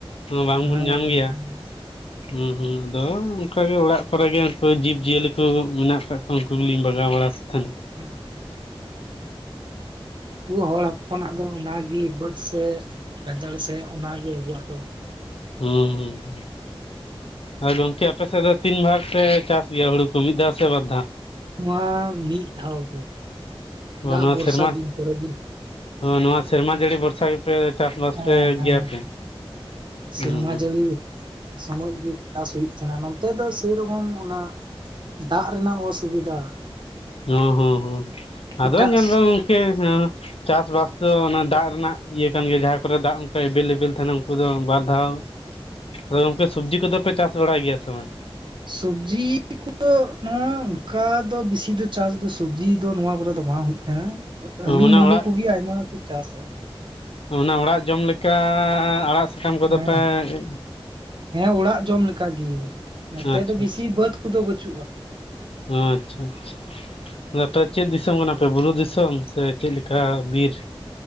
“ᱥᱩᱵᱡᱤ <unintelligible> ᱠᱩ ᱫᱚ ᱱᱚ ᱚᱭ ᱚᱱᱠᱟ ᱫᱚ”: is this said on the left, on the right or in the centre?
Right